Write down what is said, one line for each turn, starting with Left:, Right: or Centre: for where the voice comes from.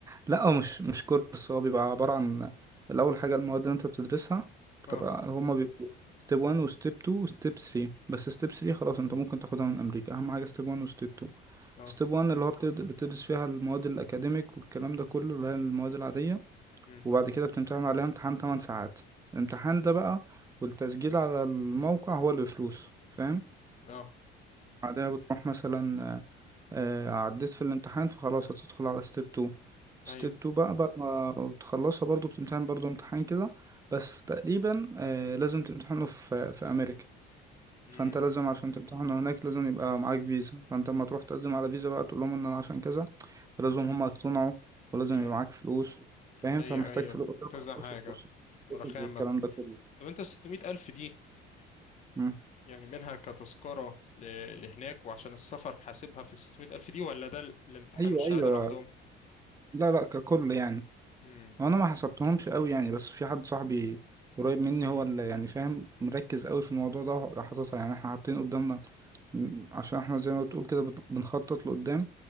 Right: لا هو مش مش كورس هو بيبقى عبارة عن الأول حاجة المواد اللي أنت بتدرسها بتبقى
Left: اه
Right: هما بيبقوا ستيب 1 وستيب 2 وستيب 3 بس ستيب 3 خلاص أنت ممكن تاخدها من أمريكا أهم حاجة ستيب 1 وستيب 2
Left: اه
Right: ستيب 1 اللي هو بتد- بتدرس فيها المواد الأكاديميك والكلام ده كله اللي هي المواد العادية
Left: امم
Right: وبعد كده بتمتحن عليها امتحان 8 ساعات الامتحان ده بقى والتسجيل على الموقع هو اللي بفلوس فاهم
Left: اه
Right: بعدها بتروح مثلا آه، آه، عديت في الامتحان فخلاص هتدخل على ستيب 2 ستيب
Left: ايوه
Right: 2 بقى بعد ما بتخلصها برضو بتمتحن برضو امتحان كده بس تقريبا آه، لازم تمتحنه في في أمريكا
Left: امم
Right: فانت لازم عشان تمتحن هناك لازم يبقى معاك فيزا فانت لما تروح تقدم على فيزا بقى تقول لهم ان انا عشان كذا فلازم هم يقتنعوا ولازم
Left: امم
Right: يبقى معاك فلوس فاهم
Left: ايوه
Right: فمحتاج
Left: ايوه
Right: فلوس طبعا
Left: كذا
Right: فلوس
Left: حاجة
Right: الكورس
Left: ورخامة
Right: والكلام ده كله
Left: طب انت الستمية ألف دي
Right: مم.
Left: يعني منها كتذكرة ل... لهناك وعشان السفر حاسبها في الستمية ألف دي ولا ده ال- الامتحان
Right: ايوه
Left: والشهادة
Right: ايوه
Left: لوحدهم
Right: لا لا ككل يعني
Left: امم
Right: وانا ما حسبتهمش قوي يعني بس في حد صاحبي قريب مني
Left: امم
Right: هو اللي يعني فاهم مركز قوي في الموضوع ده وحاططها يعني احنا حاطين قدامنا م- عشان احنا زي ما بتقول كده بت- بنخطط لقدام